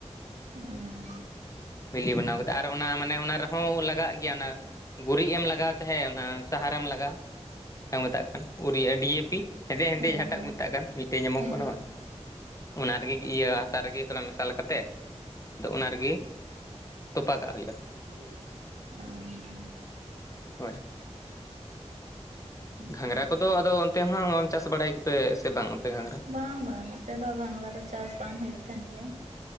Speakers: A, on the right; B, on the left.
A: ᱩᱸ,
B: ᱵᱤᱞᱤ ᱵᱮᱱᱟᱣ ᱠᱟᱛᱮ ᱟᱨ ᱚᱱᱟ ᱢᱟᱱᱮ ᱚᱱᱟ ᱨᱮᱦᱚᱸ ᱞᱟᱜᱟᱜ ᱜᱮᱭᱟ ᱚᱱᱟ, ᱜᱩᱨᱤᱡ ᱮᱢ ᱞᱟᱜᱟᱣ ᱪᱟᱦᱮ ᱚᱱᱟ ᱥᱟᱦᱟᱨᱮᱢ ᱞᱟᱜᱟᱣ ᱡᱟᱦᱟᱸ ᱠᱚ ᱢᱮᱛᱟᱜ ᱠᱟᱱᱟ᱾ ᱩᱨᱤᱭᱟ ᱮ ᱰᱤᱭᱮᱯᱤ ᱦᱮᱸᱫᱮ ᱦᱮᱸᱫᱮ
A: ᱦᱮᱸ
B: ᱡᱟᱦᱟᱸᱴᱟᱜ
A: ᱦᱮᱸ
B: ᱠᱚ ᱢᱮᱛᱟᱜ ᱠᱟᱱ ᱢᱤᱫᱴᱮᱱ ᱧᱟᱢᱚᱜᱚᱜ
A: ᱦᱮᱸ
B: ᱠᱟᱱᱟ ᱵᱟᱝ? ᱚᱱᱟᱨᱮᱜᱮ ᱤᱭᱟᱹ ᱦᱟᱥᱟ ᱨᱮᱜᱮ ᱛᱷᱚᱲᱟ ᱢᱮᱥᱟᱞ ᱠᱟᱛᱮᱫ ᱟᱫᱚ ᱚᱱᱟᱨᱮᱜᱮ, ᱛᱚᱯᱟ ᱠᱟᱜ ᱦᱩᱭᱩᱜᱼᱟ᱾
A: <inaudible>
B: ᱦᱳᱭ᱾
A: ᱟᱪᱪᱷᱟ
B: ᱜᱷᱟᱸᱝᱨᱟ ᱠᱚᱫᱚ ᱟᱫᱚ ᱚᱱᱛᱮ ᱦᱚᱸ ᱵᱟᱢ ᱪᱟᱥ ᱵᱟᱲᱟᱭ ᱜᱮᱯᱮ ᱥᱮ ᱵᱟᱝ ᱚᱱᱛᱮ ᱜᱷᱟᱸᱝᱨᱟ?
A: ᱵᱟᱝ ᱵᱟᱝ ᱱᱚᱛᱮ ᱫᱚ ᱜᱷᱟᱸᱝᱨᱟ ᱫᱚ ᱪᱟᱥ ᱵᱟᱝ ᱦᱳᱭᱳᱜ ᱛᱟᱦᱮᱸᱱ ᱜᱮᱭᱟ᱾